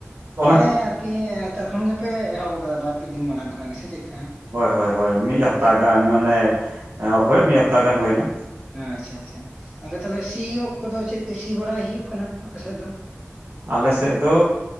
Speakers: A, on the right; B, on the right.
A: ᱦᱮᱸ
B: ᱠᱷᱟᱹᱛᱤᱨ
A: ᱟᱨᱠᱤ ᱠᱤ ᱱᱮᱛᱟᱨ ᱠᱷᱚᱱ ᱜᱮᱯᱮ ᱮᱦᱚᱵ ᱟᱠᱟᱫᱟ ᱵᱟᱨ ᱯᱮ ᱫᱤᱱ ᱢᱟᱲᱟᱝ ᱠᱷᱚᱱᱟᱜ ᱜᱮ ᱥᱮ ᱪᱮᱫ
B: ᱦᱳᱭ ᱦᱳᱭ ᱦᱳᱭ ᱢᱤᱫ ᱦᱟᱯᱛᱟ ᱜᱟᱱ ᱢᱟᱱᱮ ᱦᱳᱭ ᱢᱤᱫ ᱦᱟᱯᱛᱟ ᱜᱟᱱ ᱦᱩᱭᱱᱟ
A: ᱟᱪᱪᱷᱟ ᱟᱪᱪᱷᱟ ᱜᱚᱝᱮ ᱛᱟᱦᱞᱮ ᱥᱤᱭᱳᱜ ᱠᱚᱫᱚ ᱪᱮᱫ ᱛᱮ ᱥᱤ ᱵᱟᱲᱟᱭ ᱦᱩᱭᱩᱜ ᱠᱟᱱᱟ ᱟᱯᱮ ᱥᱮᱫ ᱫᱚ
B: ᱟᱞᱮᱥᱮᱫ ᱫᱚ